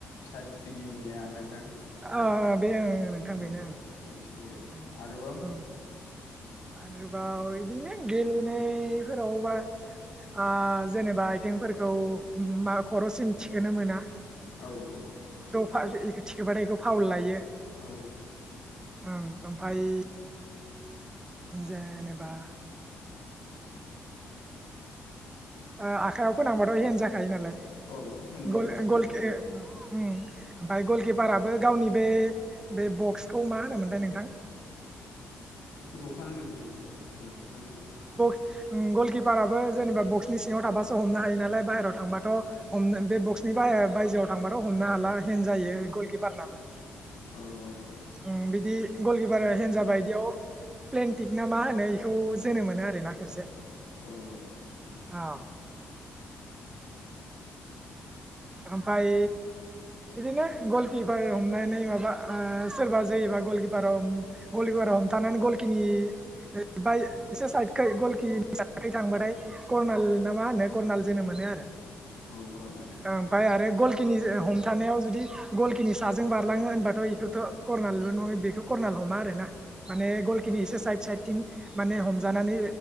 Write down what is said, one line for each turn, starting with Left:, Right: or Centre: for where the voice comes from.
Left: साइड बिगिनिया नोंथां?
Right: अ अ बे ओं नोंथां
Left: औ
Right: बेनो
Left: औ मिथिगौ दे।
Right: ओं
Left: आरोबाव?
Right: ओं आरोबाव बिदिनो गेलेनायफोरावबा ओ जेनोबा आथिंफोरखौ मा खरसिम थिखोनो मोना।
Left: औ औ।
Right: फा इ इखौ थिखोबाथायखौ इखौ फावल लायो।
Left: औ।
Right: ओं ओमफ्राय जेनोबा आ आखायाव फोनांबाथाय हेन‌ जा खायो नालाय।
Left: औ हेन्दबल
Right: गल
Left: जासिगोन
Right: एण्ड
Left: बेयो
Right: गल के ओ उम ओमफ्राय गलकिपाराबो गावनि बे बे बक्सखौ मा होनोमोनथाय नोंथां?
Left: बेखौ बक्सआ होनोन नोंथां बेखौ जिखुनु जाया बक्सआ होनो।
Right: उम गलकिपाराबो जेनोबा बक्स नि सिङाव थाबासो हमनो हायो नालाय बाहेरायाव थांबाथ हमनो बे बक्सनि बायजोआव थांबाथ हमनो हाला हेन जायो गलकिपारनाबो।
Left: औ औ औ
Right: उम बिदि गलकिपारा हेन जाबा बिदियाव प्लेनटिक ना मा होनो बेखौ जोनो मोनो आरोना खेबसे।
Left: औ औ
Right: औ। ओमफाय बिदिनो गलकिपार हमनानै माबा ओ सोरबा जोयोबा गलकिपाराव गलकिपारा हमथानानै गलकिनि एसे साइदखो गलकिनि साइडखो थांबाथाय कर्नाल ना मा होनो कर्नाल जोनो मोनो आरो।
Left: औ कर्नार
Right: ओमफाय आरो गलखिनिजे ओ हमथानायाव जुदि गलखिनि साजों बारलाङो होनबाथ' बेखौथ' करर्नाल नङा बेखौ करर्नाल हमा आरोना माने गलखिनि एसे साइद साइदथिं माने हमजानानै